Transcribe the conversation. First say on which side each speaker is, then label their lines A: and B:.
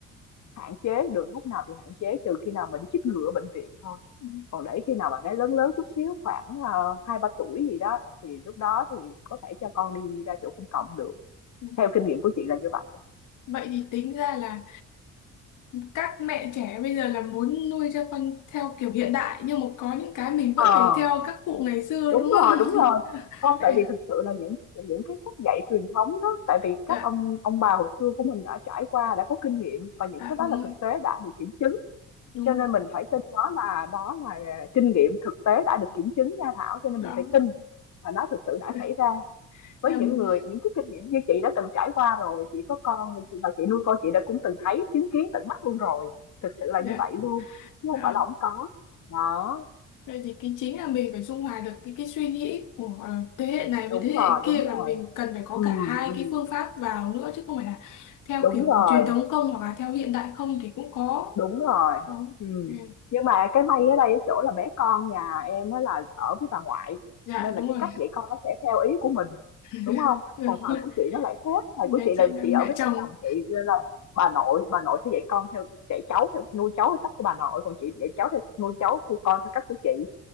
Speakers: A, on the left (about 65°); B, on the left (about 85°).
A: hạn chế, được lúc nào thì hạn chế trừ khi nào mà đi chích ngừa ở bệnh viện thôi.
B: ừ,
A: Còn để khi nào mà bé lớn lớn chút xíu, khoảng, ờ, hai ba tuổi gì đó, thì lúc đó thì có thể cho con đi ra chỗ công cộng được.
B: ừ.
A: Theo kinh nghiệm của chị là như vậy á.
B: vậy thì tính ra là các mẹ trẻ bây giờ là muốn nuôi cho con theo kiểu hiện đại nhưng mà có những cái mình vẫn
A: Ờ,
B: phải theo
A: à,
B: các cụ ngày xưa
A: đúng
B: đúng không
A: rồi, đúng rồi.
B: <laughs>
A: Không,
B: Vậy-
A: tại vì thực sự là những những cái cách dạy truyền thống đó, tại vì các
B: dạ
A: ông ông bà hồi xưa của mình đã trải qua, đã có kinh nghiệm và những
B: dạ
A: cái đó
B: đúng
A: là
B: rồi
A: thực tế đã được kiểm chứng.
B: đúng
A: Cho nên
B: rồi
A: mình phải tin nó là đó là kinh nghiệm thực tế đã được kiểm chứng nha Thảo, cho nên
B: đó
A: mình phải tin là nó thực sự đã
B: <laughs>
A: xảy ra. với
B: em
A: những người những cái kinh nghiệm như chị đã từng trải qua rồi chị có con rồi chị và chị nuôi con chị đã cũng từng thấy chứng kiến tận mắt luôn rồi thực sự là
B: dạ
A: như vậy luôn chứ
B: đó.
A: không phải là không có đó
B: vậy thì cái chính là mình phải dung hòa được cái cái suy nghĩ của ờ, thế hệ này với
A: đúng
B: thế hệ
A: rồi
B: kia
A: đúng
B: là
A: rồi
B: mình cần phải có
A: ừ,
B: cả hai
A: ừ,
B: cái phương pháp vào nữa chứ không phải là theo
A: đúng
B: kiểu
A: rồi
B: truyền thống không hoặc là theo hiện đại không thì cũng có
A: Đúng rồi.
B: đó.
A: Ừm.
B: Ừ.
A: Nhưng mà cái may ở đây ở chỗ là bé con nhà em á là ở với bà ngoại,
B: dạ
A: nên là
B: đúng
A: cái
B: rồi
A: cách dạy con nó sẽ theo ý của mình,
B: <laughs>
A: đúng không?
B: Đúng
A: Còn thời
B: rồi.
A: của chị nó lại khác, thời
B: Nhà
A: của chị
B: chị
A: là
B: là
A: chị
B: mẹ
A: ở với
B: chồng
A: mẹ chồng chị, nên là bà nội bà nội sẽ dạy con theo dạy cháu theo nuôi cháu theo cách của bà nội, còn chị dạy cháu theo nuôi cháu theo con theo cách của chị,